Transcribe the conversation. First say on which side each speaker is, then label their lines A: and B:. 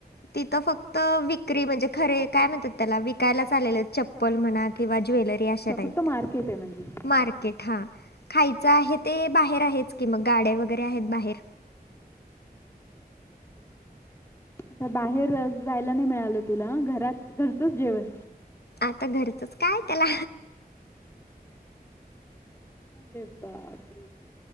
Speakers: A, on the left; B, on the left.
A: तिथं फक्त विक्री म्हणजे खरे काय म्हणतात त्याला विकायलाच आलेल चप्पल म्हणा किंव्हा ज्वेलरी अशा
B: अच्छा फक्त
A: टाईप,
B: मार्केट आहे म्हणजे?
A: मार्केट हा खायचं आहे ते बाहेर आहेच की मग गाड्या वगैरे आहेत बाहेर.
B: तर बाहेर जायला नाही मिळालं तुला घरात घरचंच जेवण.
A: आता घरचच काय त्याला.
B: अरे बापरे बाप!